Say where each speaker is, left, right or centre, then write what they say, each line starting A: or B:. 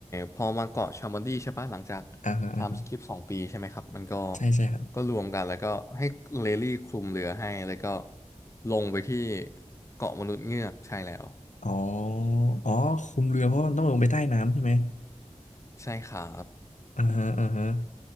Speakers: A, on the left; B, on the left.
A: พอมาเกาะชามันดี้ใช่ปะหลังจากไทม์สคิปสองปีใช่ไหมครับมันก็
B: อ่าฮะอ่าฮะใช่ใช่ครับ
A: ก็รวมกันแล้วก็ให้เลลี่คลุมเรือให้แล้วก็ลงไปที่เกาะมนุษย์เงือกใช่แล้ว
B: อ๋ออ๋อคุมเรือเพราะมันต้องลงไปใต้น้ำใช่ไหม
A: ใช่ครับ
B: อ่าฮะอ่าฮะ